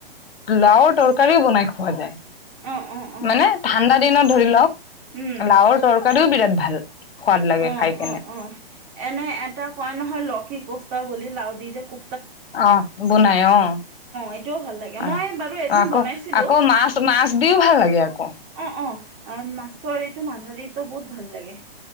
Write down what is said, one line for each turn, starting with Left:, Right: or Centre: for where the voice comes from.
Left: লাওৰ তৰকাৰিও বনাই খোৱা যায়।
Right: অ অ অ
Left: মানে ঠাণ্ডা দিনত ধৰি লওঁক
Right: উম
Left: লাওৰ তৰকাৰিওঁ বিৰাট ভাল। সোৱাদ লাগে
Right: অ
Left: খাই কেনে।
Right: অ অ এনে এটা কোৱা নহয় লকী কোফটা বুলি লাও দি যে কো
Left: অহ বনাই অঁ।
Right: এইটোও ভাল লাগে
Left: অঁ
Right: মই বাৰু এদিন
Left: আকৌ-আকৌ
Right: বনাইছিলো
Left: মাছ-মাছ দিওঁ ভাল লাগে আকৌ।
Right: অঁ-অঁ মাছৰ এইটো মাধা দিতো বহুত ভাল লাগে।